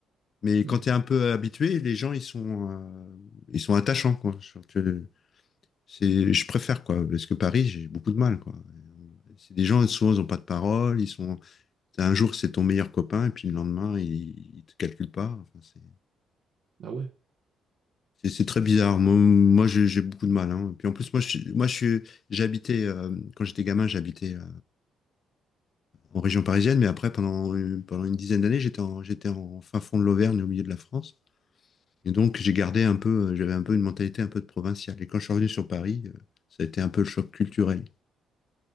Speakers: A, on the left; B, on the right.
A: Mais
B: Hmm.
A: quand tu es un peu habitué, les gens, ils sont, euh, ils sont attachants, quoi. Je, que c'est, je préfère, quoi. Parce que Paris, j'ai beaucoup de mal, quoi. C'est des gens, souvent, ils n'ont pas de parole. Ils sont... Un jour, c'est ton meilleur copain, et puis le lendemain, il ne te calcule pas. Enfin, c'est...
B: Ah ouais,
A: C'est c'est très bizarre. Moi, moi, j'ai j'ai beaucoup de mal. Hein. Et Puis en plus, moi, je, suis- moi, je suis- j'habitais euh, quand j'étais gamin, j'habitais euh, en région parisienne, mais après, pendant euh, pendant une dizaine d'années, j'étais en j'étais en fin fond de l'Auvergne, au milieu de la France. Et donc, j'ai gardé un peu, euh, j'avais un peu une mentalité un peu de provinciale. Et quand je suis revenu sur Paris, euh, ça a été un peu le choc culturel.